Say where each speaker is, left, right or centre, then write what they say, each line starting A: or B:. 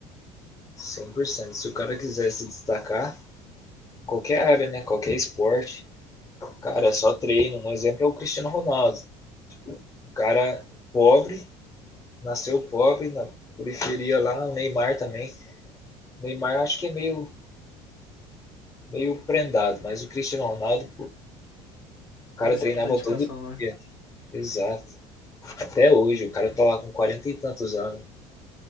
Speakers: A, on the left; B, on the left.
A: cem por cento. Se o cara quiser se destacar, qualquer área, né? Qualquer esporte, cara, é só treino. Um exemplo é o Cristiano Ronaldo. Um cara pobre, nasceu pobre, na periferia lá, o Neymar também. O Neymar acho que é meio, meio prendado, mas o Cristiano Ronaldo, O cara
B: É um exemplo
A: treinava
B: de dedicação,
A: todo
B: né?
A: dia. Exato. Até hoje, o cara tá lá com 40 e tantos anos.